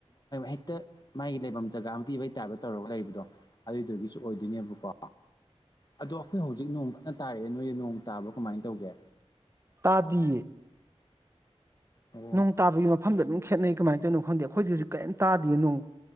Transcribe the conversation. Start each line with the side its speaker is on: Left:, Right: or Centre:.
Left: ꯍꯦꯛꯇ ꯃꯥꯒꯤ ꯂꯩꯐꯝ ꯖꯒꯥ ꯄꯤꯕꯩ ꯇꯥꯏꯕꯇ ꯇꯧꯔꯒ ꯂꯩꯕꯗꯣ ꯑꯗꯨꯗꯨꯒꯤꯁꯨ ꯑꯣꯏꯗꯣꯏꯅꯦꯕꯀꯣ ꯑꯗꯣ ꯑꯩꯈꯣꯏ ꯍꯧꯖꯤꯛ ꯅꯣꯡ ꯀꯟꯅ ꯇꯥꯔꯤꯌꯦ ꯅꯣꯏ ꯅꯣꯡ ꯇꯥꯕ꯭ꯔꯣ ꯀꯃꯥꯏ ꯇꯧꯒꯦ
Right: ꯇꯥꯗꯤ
Left: ꯑꯣ ꯑꯩꯈꯣꯏ
Right: ꯅꯣꯡ ꯇꯥꯕꯩ ꯃꯐꯝ ꯑꯗꯨꯝ ꯈꯦꯠꯅꯩ ꯀꯃꯥꯏꯅ ꯇꯧꯔꯤꯅꯣ ꯈꯪꯗꯦ ꯑꯩꯈꯣꯏꯒꯤꯁꯨ ꯀꯦꯝ ꯇꯥꯗꯤꯌꯦ ꯅꯣꯡ